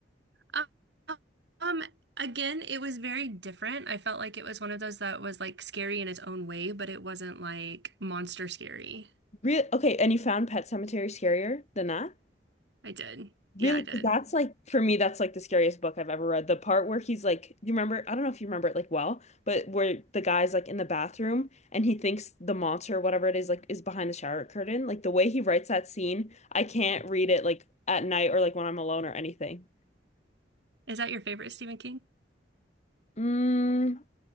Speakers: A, on the right; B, on the left.
A: Um, um, again, it was very different. I felt like it was one of those that was like scary in its own way, but it wasn't like monster scary.
B: Real okay, and you found Pet Cemetery scarier than that?
A: I did.
B: Really,
A: Yeah, I did.
B: 'cause that's like for me, that's like the scariest book I've ever read. The part where he's like, you remember, I don't know if you remember it like well, but where the guy's like in the bathroom and he thinks the monster, whatever it is, like is behind the shower curtain. Like the way he writes that scene, I can't read it like at night or like when I'm alone or anything.
A: Is that your favorite Stephen King?
B: Mm,